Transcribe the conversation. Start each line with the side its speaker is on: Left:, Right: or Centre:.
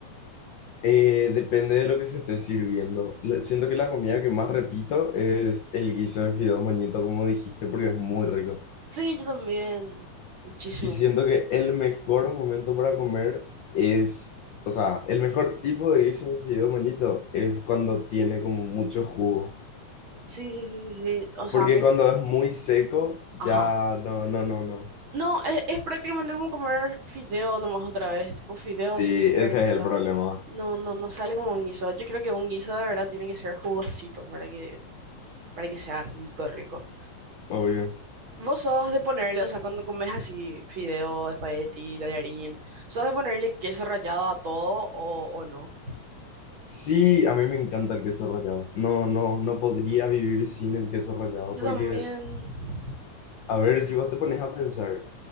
Left: eh, depende de lo que se esté sirviendo. Le- Siento que la comida que más repito es el guiso de fideos moñito, como dijiste, porque es muy rico.
Right: Sí, yo también. Muchísimo.
Left: Y siento que el mejor momento para comer es, o sea, el mejor tipo de guiso de fideo moñito es cuando tiene como mucho jugo.
Right: Sí, sí, sí, sí, sí. O sea,
Left: Porque
Right: a mí...
Left: cuando es muy seco, ya
Right: Ajá.
Left: no, no, no, no.
Right: No, es, es prácticamente como comer fideo nomás otra vez, tipo fideo
Left: Sí,
Right: así,
Left: ese
Right: perdido.
Left: es el problema,
Right: No, no, no sale como un guiso. Yo creo que un guiso de verdad tiene que ser jugosito para que, para que sea rico, rico.
Left: obvio.
Right: Vos sos de ponerle, o sea, cuando comes así fideo, espagueti, tallarín, ¿sos de ponerle queso rallado a todo o, o no?
Left: Sí, a mí me encanta el queso rallado. No, no, no podría vivir sin el queso rallado
Right: Yo
Left: porque,
Right: también.
Left: a ver, si vos te pones a pensar,